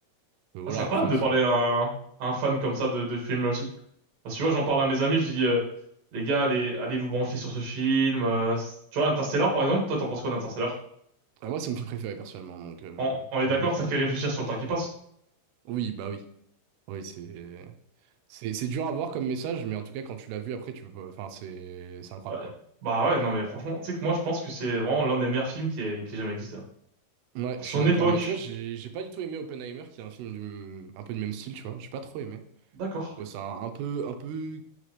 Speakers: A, on the right; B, on the right.
A: Mais voilà,
B: Ah, c'est incroyable
A: après,
B: de
A: c'est...
B: parler à un, à un fan comme ça de, de film là aussi. Parce que tu vois, j'en parle à mes amis, je dis, euh, les gars, allez, allez vous brancher sur ce film. euh, c'est- tu vois, Interstellar, par exemple, toi, t'en penses quoi d'Interstellar?
A: Ah, moi, c'est mon film préféré, personnellement, donc euh,
B: On, on est
A: j'aime
B: d'accord
A: beaucoup.
B: que ça fait réfléchir sur le temps qui passe.
A: Oui, bah oui. Oui, c'est... C'est c'est dur à voir comme message, mais en tout cas, quand tu l'as vu, après, tu peux pas... Enfin, c'est c'est incroyable,
B: Ouais.
A: quoi.
B: Bah ouais, non, mais franchement, tu sais que moi, je pense que c'est vraiment l'un des meilleurs films qui ait, qui ait jamais existé. hein.
A: Ouais,
B: Pour
A: je
B: Son
A: suis d'accord.
B: époque.
A: Mais tu vois, j'ai j'ai pas du tout aimé Oppenheimer, qui est un film du... un peu du même style, tu vois. J'ai pas trop aimé.
B: D'accord.
A: Ouais, c'est un, un peu, un peu